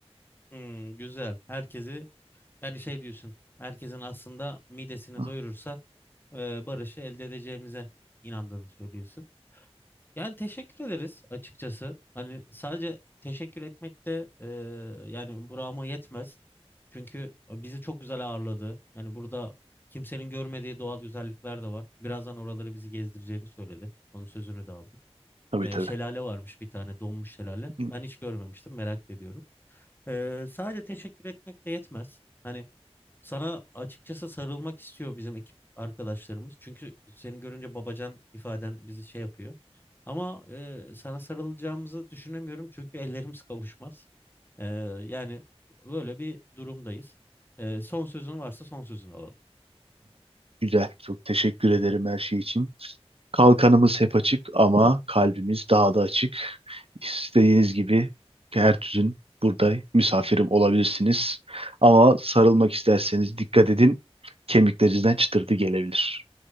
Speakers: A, on the left; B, on the right.
A: Hmm, güzel. Herkesi yani şey diyorsun. Herkesin aslında midesini
B: Hı,
A: doyurursa e, barışı elde edeceğimize inandığını söylüyorsun. Yani teşekkür ederiz açıkçası. Hani sadece teşekkür etmek de e, yani burama yetmez. Çünkü bizi çok güzel ağırladı. Yani burada kimsenin görmediği doğal güzellikler de var. Birazdan oraları bizi gezdireceğini söyledi. Onun sözünü de aldık.
B: Tabii
A: E,
B: tabii.
A: şelale varmış bir tane donmuş şelale.
B: Hı,
A: Ben hiç görmemiştim merak da ediyorum. E, sadece teşekkür etmek de yetmez. Hani sana açıkçası sarılmak istiyor bizim ekip arkadaşlarımız. Çünkü seni görünce babacan ifaden bizi şey yapıyor. Ama e, sana sarılacağımızı düşünemiyorum çünkü ellerimiz kavuşmaz. E, yani böyle bir durumdayız. E, son sözün varsa son sözünü alalım.
B: Güzel. Çok teşekkür ederim her şey için. Kalkanımız hep açık ama kalbimiz daha da açık. İstediğiniz gibi her düzün burada misafirim olabilirsiniz. Ama sarılmak isterseniz dikkat edin. Kemiklerinizden çıtırtı gelebilir.